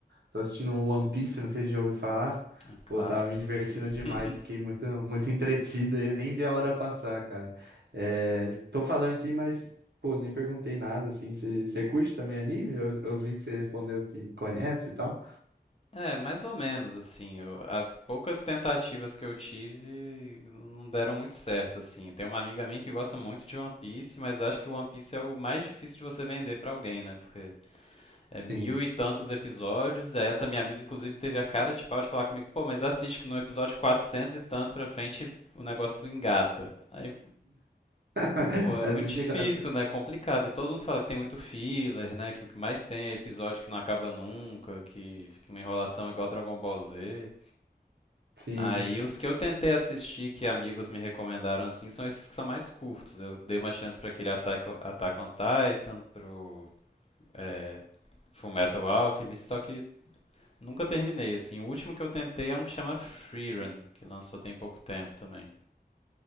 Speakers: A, on the right; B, on the left.
A: Tô assistindo o One Piece, não sei se já ouviu falar.
B: Ah, Claro.
A: Pô, tava me divertindo demais,
B: <laughs>
A: fiquei muito, muito entretido e eu nem vi a hora passar, cara. É, tô falando aqui, mas, pô, nem perguntei nada, assim. Você curte também anime? Eu, eu vi que você respondeu que conhece e tal.
B: É, mais ou menos assim. eu- as poucas tentativas que eu tive não deram muito certo, assim. Tem uma amiga minha que gosta muito de One Piece, mas acho que o One Piece é o mais difícil de você vender pra alguém, né? Porque é mil
A: Sim.
B: e tantos episódios. e aí Essa minha amiga, inclusive, teve a cara de pau de falar comigo, pô, mas assiste que no episódio 400 e tanto pra frente o negócio engata. Aí,
A: <laughs>
B: Pô, é
A: Assisti
B: muito difícil,
A: quatro.
B: né? É Complicado. E todo mundo fala que tem muito filler, né? Que o que mais tem é episódio que não acaba nunca, que fica uma enrolação igual Dragon Ball Z.
A: Sim.
B: Aí os que eu tentei assistir que amigos me recomendaram assim são esses que são mais curtos. Eu dei uma chance pra aquele Attack, Attack on Titan, pro é, Fullmetal Alchemist, só que nunca terminei assim. O último que eu tentei é um que chama Freerun, que lançou tem pouco tempo também.